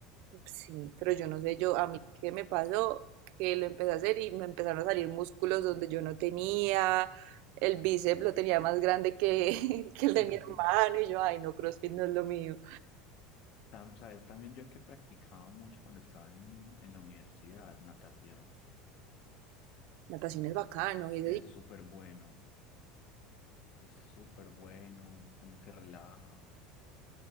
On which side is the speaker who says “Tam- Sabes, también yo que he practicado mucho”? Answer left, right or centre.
Left